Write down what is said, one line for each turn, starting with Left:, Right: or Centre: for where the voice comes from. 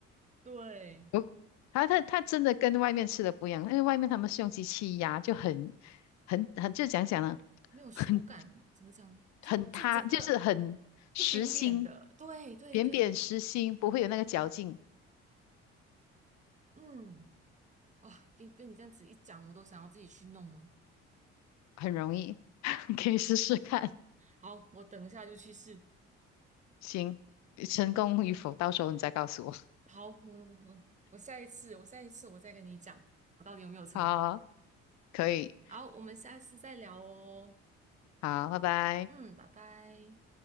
Right: 对，
Left: 我它它它真的跟外面吃的不一样，因为外面他们是用机器压，就很很很就讲讲呢，
Right: 没有手感，
Left: 很
Right: 怎么讲？就这整个
Left: 很塌，就是很实心，
Right: 就扁扁的。对对对，
Left: 扁扁实心，不会有那个嚼劲，
Right: 嗯，哇，给被你这样子一讲，我都想要自己去弄了。
Left: 很容易。你可以试试看。
Right: 好，我等一下就去试。
Left: 行，成功与否，到时候你再告诉我。
Right: 好，我我我下一次，我下一次我再跟你讲，我到底有没有成功。
Left: 好，可以，
Right: 好，我们下次再聊哦。
Left: 好，拜拜。
Right: 嗯，拜拜。